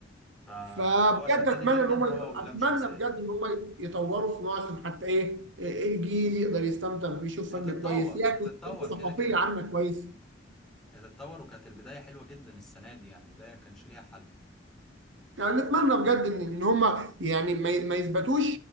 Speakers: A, in the centre; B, on the right.
A: فهو
B: فبجد
A: شدني
B: اتمنى
A: جدا
B: ان هم
A: هو
B: يط-
A: واللام
B: اتمنى
A: شمسية
B: بجد
A: ده
B: ان هم يطوروا في نوع عشان حتى ايه إيه الجيل يقدر يستمتع ويشوف
A: هتتطور
B: فن كويس يعكس
A: هتتطور
B: الثقافيه
A: كده كده
B: عامه كويس
A: هتتطور وكانت البداية حلوة جدا السنة دي يعني بداية كانش ليها حل
B: يعني نتمنى بجد ان ان هم يعني ما ي- ما يثبتوش